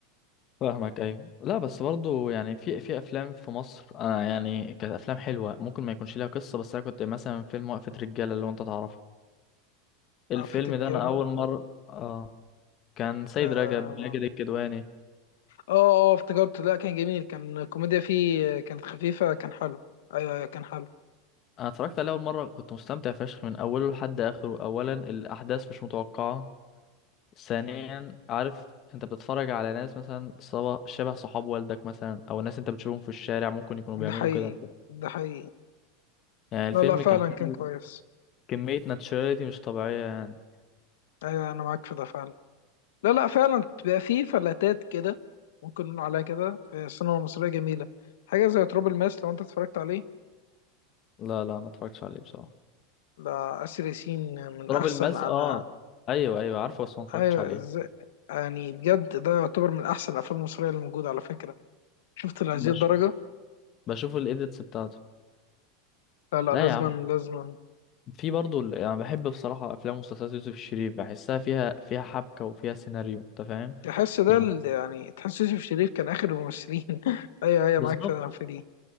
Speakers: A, on the left; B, on the left.
A: فاهمك ايوه لا بس برضو يعني في في افلام في مصر انا يعني كانت افلام حلوه ممكن ما يكونش ليها قصه بس انا كنت مثلا فيلم وقفه رجاله اللي هو انت تعرفه الفيلم
B: عفة الرجاله
A: ده انا اول مره اه كان سيد
B: آه،
A: رجب ماجد الكدواني
B: اه اه افتكرته لا كان جميل كان الكوميديا فيه كانت خفيفة كان حلو ايوه ايوه كان حلو
A: انا اتفرجت عليه اول مره كنت مستمتع فشخ من اوله لحد اخره اولا الاحداث مش متوقعه ثانيا عارف انت بتتفرج على ناس مثلا صبا- شبه صحاب والدك مثلا او ناس انت بتشوفهم في الشارع ممكن يكونوا
B: ده
A: بيعملوا
B: حقيقي
A: كده
B: ده حقيقي
A: يعني الفيلم
B: لا لا فعلا
A: كان فيه
B: كان كويس
A: كميه ناتشراليتي مش طبيعيه يعني
B: ايوه انا معاك في ده فعلا لا لا فعلا بتبقى فيه فلاتات كده ممكن نقول عليها كده في السينما المصرية جميلة حاجة زي تراب الماس لو انت اتفرجت عليه
A: لا لا ما اتفرجتش عليه بصراحه
B: لا آسر ياسين من
A: تراب
B: احسن
A: الماس
B: انا
A: اه ايوه ايوه عارفه بس ما اتفرجتش
B: ايوه
A: عليه
B: ازاي يعني بجد ده يعتبر من احسن الافلام المصرية اللي موجودة على فكرة شفت لهذه
A: بش...
B: الدرجة
A: بشوف الايديتس بتاعته
B: لا لا
A: لا
B: لازما
A: يا عم
B: لازما
A: في برضه ال- يعني بحب بصراحه افلام ومسلسلات يوسف الشريف بحسها فيها فيها حبكه وفيها سيناريو انت فاهم
B: تحس ده
A: يعني
B: ال- يعني تحس يوسف شريف كان اخر الممثلين <laughs> ايوه ايوه
A: بالظبط
B: معاك فعلا في دي